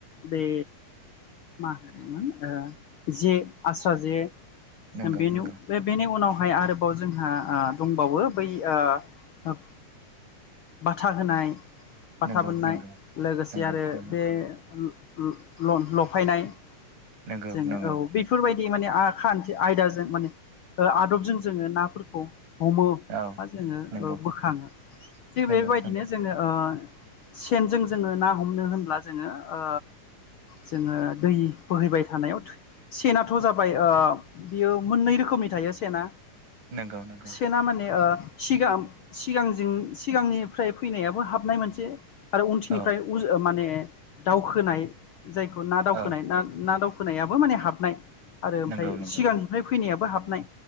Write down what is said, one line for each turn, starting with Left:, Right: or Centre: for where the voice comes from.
Left: बे मा होनोमोन ओ जे आस्रा जे
Right: नंगौ
Left: बेनि
Right: नंगौ
Left: बे बेनि उनाव बेहाय आरोबाव जोंहा ओ दंबावो बै ओ बाथा होनाय बाथा
Right: नंगौ
Left: बोननाय
Right: नंगौ
Left: लोगोसे
Right: नंगौ
Left: आरो
Right: नंगौ
Left: बे ल ल लफायनाय
Right: नंगौ
Left: जोङो
Right: नंगौ
Left: औ बेफोरबायदि माने आ खान्थि आयदाजों माने आदबजों जोङो नाफोरखौ हमो
Right: औ
Left: बा जोङो
Right: नंगौ
Left: ओ बोखाङो थिग
Right: नंगौ
Left: बेबायदिनो
Right: नंगौ
Left: जोङो ओ सेनजों जोङो ना हमनो होनब्ला जोङो ओ जोङो दै बोहैबाय थानायाव सेनाथ' जाबाय बियो मोननै रोखोमनि थायो। सेनना।
Right: नंगौ नंगौ नंगौ
Left: सेना माने ओ सिगां सिगांजों सिगांनिफ्राय फैनायाबो हाबनाय मोनसे आरो उनथिनिफ्राय
Right: औ
Left: उ माने दावखोनाय जायखौ ना दावखोनाय
Right: औ
Left: ना दावखोनायाबो माने हाबनाय आरो
Right: नंगौ
Left: ओमफ्राय
Right: नंगौ
Left: सिगांनिफ्राय फैनायाबो हाब नाय